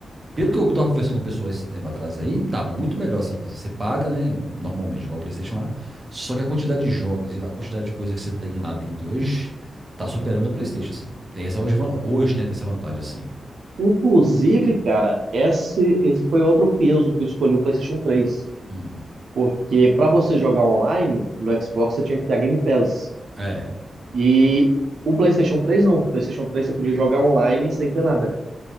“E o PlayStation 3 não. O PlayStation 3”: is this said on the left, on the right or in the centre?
Right